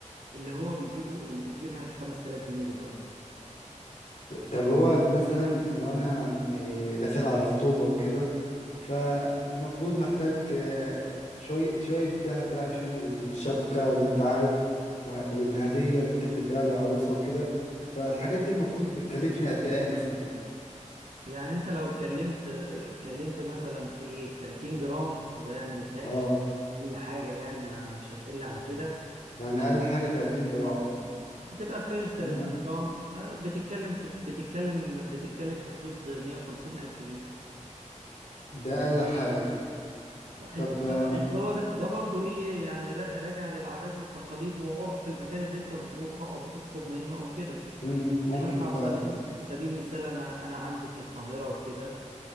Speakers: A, on the right; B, on the left.
A: اللي هو بيجيبه اللي بتجيبها الخمس تلاف جنيه دلوقتي
B: طب هو مثلا لو انا إيه، داخل على خطوبة وكده فالمفروض محتاج آه، شوية شوية دهب بقى عشان ال- الشبكة زي ما انت عارف وه- والهدية اللي انت بتديها للعروسة وكده فالحاجات دي المفروض بتكلفني قد ايه مثلا
A: يعني انت لو اتكلمت اتكلمت مثلا في ايه في 30 جرام وده يعني متهيألي
B: اه
A: اقل حاجه يعني ما مش هتقل عن كده
B: يعني اقل حاجة 30 جرام
A: بتبقى فرنش 30
B: تمام
A: جرام آه، بتتكلم في بتتكلم بتتكلم في حدود 150 الف جنيه
B: ده اقل حاجة
A: انت
B: طب آم،
A: اصل هو ده ده برضو ايه يعني را- راجع للعادات والتقاليد وعرف المكان اللي انت بتروحه او بتخطب منه او كده
B: أمم، ممكن
A: يعني مثلا
B: فعلا
A: على سبيل سبيل المثال انا انا عندي في القاهره وكده